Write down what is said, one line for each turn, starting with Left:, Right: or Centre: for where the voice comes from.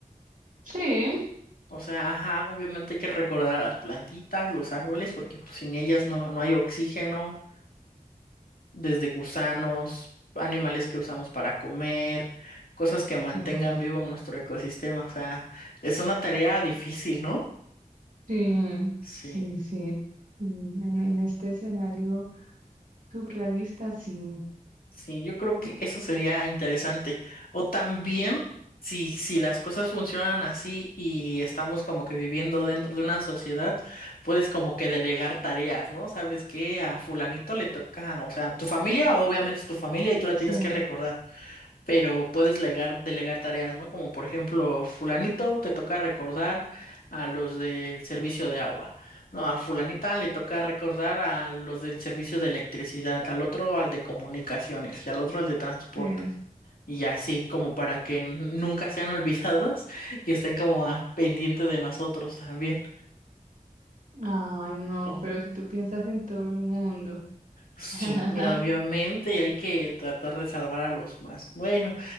Right: Sí,
Left: O sea, ajá, obviamente hay que recordar a las plantitas, los árboles, porque pues, sin ellas no, no hay oxígeno, desde gusanos, animales que usamos para comer, cosas que mantengan
Right: Mm.
Left: vivo nuestro ecosistema. O sea, es una tarea difícil, ¿no?
Right: sí,
Left: Sí.
Right: sí, sí. Mm, En, en este escenario surrealista, sí.
Left: Sí, yo creo que
Right: Y-
Left: eso sería interesante. O también, si, si las cosas funcionan así y estamos como que viviendo dentro de una sociedad, puedes como que delegar tareas, ¿no? ¿Sabes qué? A fulanito le toca, o sea, tu familia obviamente es tu familia y tú la tienes
Right: sí,
Left: que recordar pero puedes legar- delegar tareas, ¿no? Como por ejemplo, fulanito te toca recordar a los del servicio de agua, no, a fulanita le toca recordar a los del servicio de electricidad, al otro al de comunicaciones y al otro al de transportes.
Right: sí.
Left: Y así, como para que n- nunca sean <laughs> olvidadas y estén como al pendiente de nosotros también.
Right: Ay, no,
Left: Oh,
Right: pero si tú piensas en todo el mundo.
Left: sí,
Right: <laughs>
Left: obviamente, y hay que tratar de salvar a los más. Bueno.